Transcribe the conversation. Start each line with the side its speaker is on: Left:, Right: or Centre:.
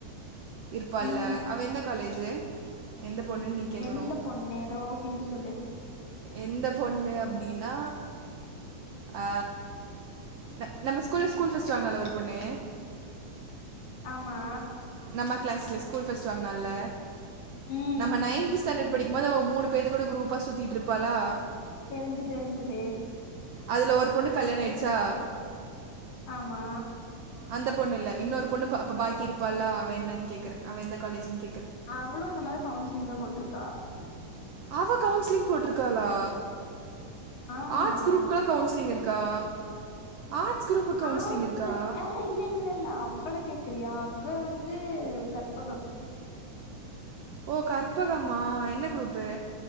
Right: ப்பால
Left: ம்
Right: அவ எந்த காலேஜு எந்த பொண்ணுன்னு நீ கே்கணு
Left: எந்த பொண்ணு ஏதோ ஹின்ட்டு சொல்லு
Right: எந்த பொண்ணு அப் டின்னா ஆ ந நம்ம ஸ்கூல ஸ்கூல் ஃபர்ஸ்ட் வாங்னால ஒரு பொண்ணு
Left: ஆமா
Right: நம்ம கிளாஸ்ல ஸ்கூல் ஃபஸ்ட் வாங்னால
Left: ம்
Right: நம்ம நைன்த் ஸ்டாண்டர்ட் படிக் மொதவ மூனு பேத்து கூட குரூப்பா சுத்திட்டுருப்பாளா
Left: தெரிஞ்சு தெரிஞ்சுது
Right: அதுல ஒரு பொண்ணு கல்யாண ஆயிச்சா
Left: ஆமா
Right: அந்த பொண்ணு இல்ல இன்னொரு பொண்ணு அப்ப பாக்கி இருப்பால அவ என்னன்னு கேக்குற அவ எந்த காலேஜ்ன்னு
Left: அவளும் இந்த மாதிரி கவுன்சிலிங் தா போட்ருக்கு கக்கா
Right: அவ கவுன்சிலிங் போட்டுருக்காளா
Left: ஆமா
Right: ஆர்ட்ஸ் குரூப்குலா கவுன்சிலிங் இருக்கா ஆர்ட்ஸ் குரூப்புக்கு கவுன்சிலிங்
Left: ஆர்ட்சு
Right: இருக்கா
Left: ஆஹெ இல்ல இல்ல இல்ல அவ்வளக் தெரியா அவ வந்து கற்பகம்
Right: ஓ கற்பகம்மா என்ன குரூப்பு?